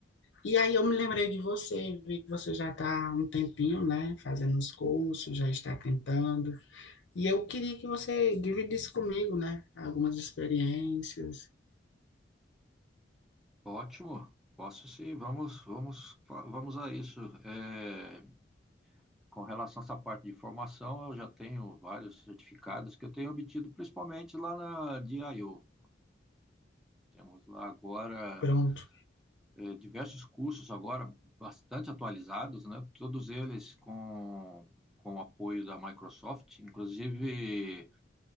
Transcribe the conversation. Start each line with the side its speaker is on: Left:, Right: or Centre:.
Left: E aí eu me lembrei de você, vi que você já está há um tempinho, né, fazendo os cursos, já está tentando. E eu queria que você dividisse comigo, né, algumas experiências,
Centre: Ótimo. Posso sim. Vamos, vamos, vamos a isso. É, com relação a essa parte de formação, eu já tenho vários certificados que eu tenho obtido, principalmente lá na DIO. Temos lá agora
Left: pronto,
Centre: é, diversos cursos agora bastante atualizados, né? Todos eles com com o apoio da Microsoft, inclusive